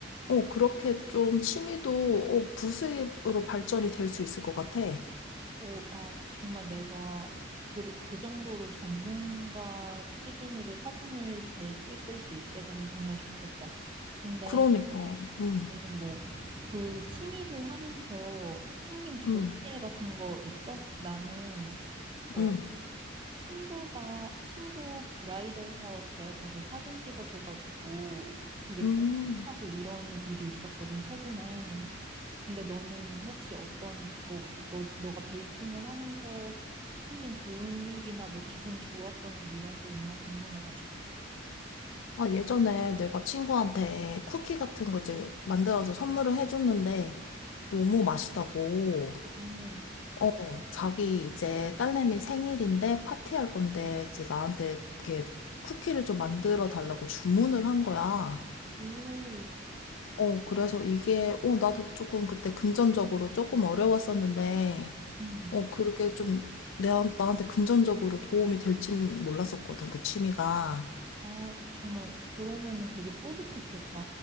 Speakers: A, on the left; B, on the right.
A: 어, 그렇게 좀 취미도 어, 부수입으로 발전이 될 수 있을 것 같아.
B: 어, 아, 그 정말 내가 그, 그 정도로 전문가 수준으로 사진을 잘 찍을 수 있게 되면 정말 좋겠다. 근데
A: 그러니까, 음,
B: 너는 뭐 그 취미를 하면서 생긴 좋은
A: 음,
B: 일 같은 거 있어? 나는 어
A: 음,
B: 친구가 친구 브라이덜 샤워 때 가서 사진 찍어줘가지고 되게
A: 음.
B: 뿌듯하고 이런 일이 있었거든 최근에. 근데 너는 혹시 어떤 뭐 너 너가 베이킹을 하면서 생긴 좋은 일이나 뭐 기분 좋았던 일 이런 게 있나 궁금해가지고.
A: 아, 예전에 내가 친구한테 쿠키 같은 거 이제 만들어서 선물을 해줬는데 너무 맛있다고.
B: 음.
A: 어, 자기 이제 딸내미 생일인데 파티할 건데 이제 나한테 이렇게 쿠키를 좀 만들어 달라고 주문을 한 거야.
B: 오,
A: 어, 그래서 이게, 어, 나도 조금 그때 금전적으로 조금 어려웠었는데,
B: 음.
A: 어, 그렇게 좀 내, 나한테 금전적으로 도움이 될진 몰랐었거든, 그 취미가.
B: 아, 정말 그러면은 되게 뿌듯했겠다.